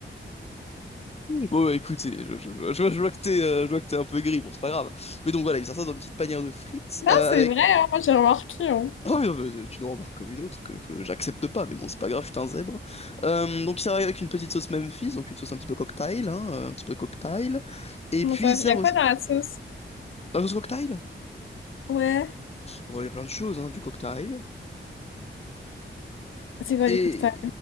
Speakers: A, on the left (about 30°); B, on the left (about 80°).
A: Bon, bah, écoutez, je, je- je- je vois, je vois que t'es, euh, je vois que t'es un peu aigri, bon, c'est pas grave. Mais donc voilà, il sert ça dans une petite panière de frites
B: Non,
A: euh,
B: c'est
A: avec.
B: vrai,
A: <clears throat>
B: hein, moi j'ai remarqué. Hein.
A: Oh, non, mais, euh, c'est une remarque comme une autre que, que j'accepte pas, mais bon, c'est pas grave, je suis un zèbre. Euh, donc, ils servent avec une petite sauce Memphis, donc une sauce un petit peu cocktail, hein, euh, un petit peu cocktail. Et
B: Comment
A: puis,
B: ça?
A: ils servent
B: Il y a
A: aussi.
B: quoi dans la sauce?
A: La sauce cocktail?
B: Ouais.
A: Bon, il y a plein de choses, hein, du cocktail.
B: C'est quoi
A: Et.
B: du cocktail?